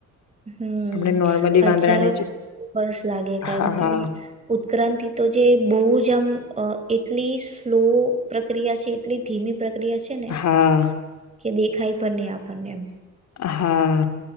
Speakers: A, on the right; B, on the left.
A: હમ્મ,
B: આપણે નોર્મલી વાંદરાને
A: હજારો
B: જ
A: વર્ષ લાગે કારણ
B: હા હા
A: કે ઉક્રાંતિ તો જે બહુ જ આમ અ એટલી સ્લો પ્રક્રિયા છે, એટલી ધીમી પ્રક્રિયા છે ને
B: હા
A: કે દેખાય પર નહી આપણને એમ.
B: હા.